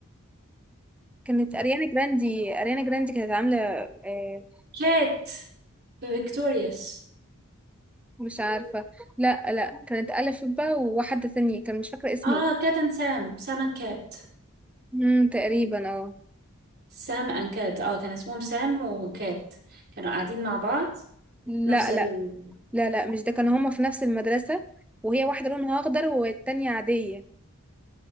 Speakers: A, in the centre; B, on the right.
A: كانت أريانا جراندي أريانا جراندي كانت عاملة آه
B: كات في فيكتوريوس
A: مش عارفة لا لا كانت ألف با وواحدة تانية كان مش فاكرة اسمه
B: اه كات اند سام سام اند كات
A: مم، تقريبا اه
B: سام اند كات اه كان اسمهم سام وكات كانوا قاعدين مع بعض
A: لا
B: نفس ال
A: لا لا لا مش ده كانوا هما في نفس المدرسة وهي واحدة لونها أخضر والتانية عادية